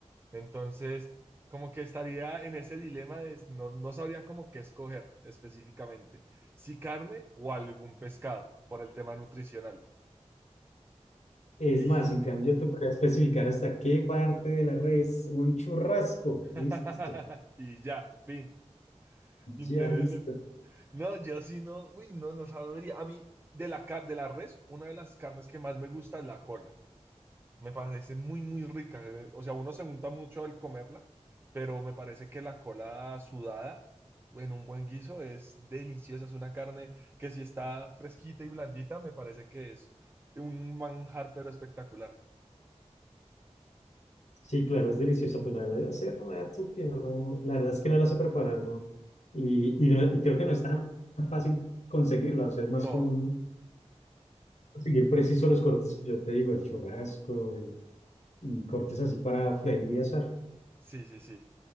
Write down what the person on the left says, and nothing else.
Es
más, en cambio, te podría especificar hasta qué parte de la red es un churrasco.
Listo.
Ya, listo.
Sí, claro, es delicioso. Pues la verdad, yo hace rato que no. La verdad es que no la sé preparar, ¿no? Y, y, no, y creo que no es tan fácil conseguirla. O sea, es más
común conseguir preciso los cortes que yo te digo, el churrasco eh, y, cortes así para freír y asar.